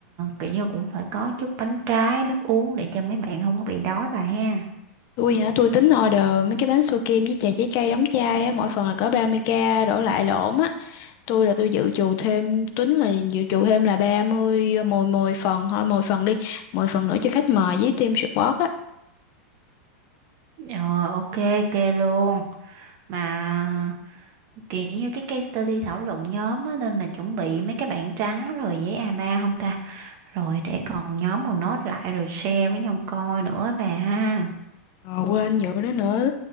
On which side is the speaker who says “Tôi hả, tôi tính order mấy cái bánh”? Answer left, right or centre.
Left